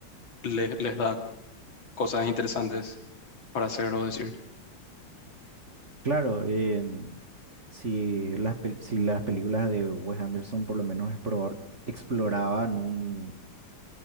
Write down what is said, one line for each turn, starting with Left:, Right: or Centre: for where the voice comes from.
Left: le- les da cosas interesantes para hacer o decir.
Right: Claro, em, si las, pel- si las películas de Wes Anderson por lo menos explor- exploraban un,